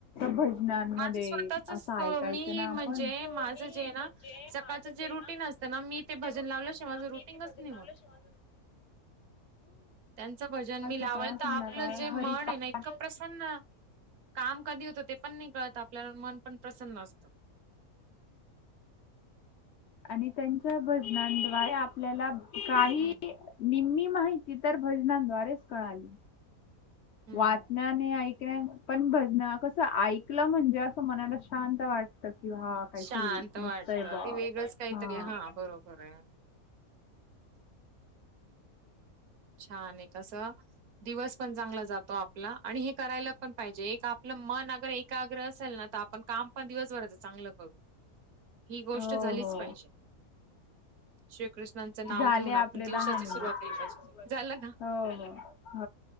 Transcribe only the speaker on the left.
भजनांमध्ये
असं ऐकायचं
ना
आपण
मी
म्हणजे
माझं जे
ना
ते
रुी
असते ना
मी
ते भाजनल
शेवाज
सकाळ
संध्याकाळ
हरिपाठ
आणि त्यांच्या भजनाद्वारे आपल्याला,, काऽ
निम्मी माहिती तर भजनाद््वारेच कळाली.
वाचण्या
आणि ऐकण्याऽ पण भजन कसं ऐकलं म्हणजे, असं मनाला शांत वाटतं,, कि हाऽ काहीतरी
मस्त आहे,, बाऽ
हो
हो.
झाले
आपले
दहा मिनिट.
सुरुवात.
हो